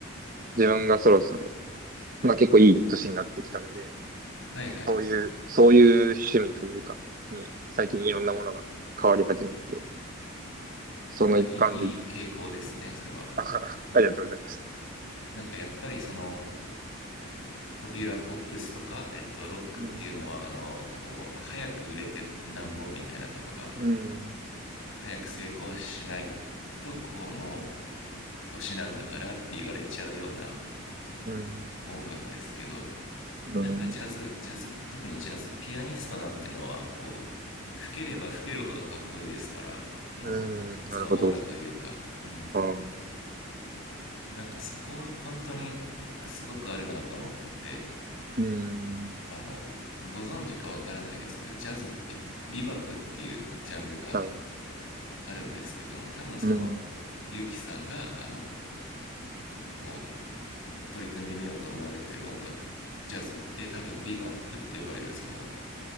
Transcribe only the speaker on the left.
はいはい。
あ、いい、いい傾向ですね、それは。
うん。なんかやっぱりその、ポピュラ、ポップスとか、えっと、ロックっていうのは、
あの、こう、早く売れてなんぼみたいなとこが、
早く成功しないと、こう、もう、年なんだからって言われちゃうような
音楽ですけど、
なんかジャズ、ジャズ、特にジャズピアニストなんてのは、こう、吹ければ吹けるほどかっこいいですから、もう、
そのオーラというか、うん。
なんかそこは本当にすごくあるなと思ってて、
あの、ご存知かわからないですけど、ジャズってビバップっていうジャンルが
あるんですけども、多分その、
ゆうきさんが、あの、こう、取り組んでみようと思われてる音楽、ジャズって多分ビバップって呼ばれる、その、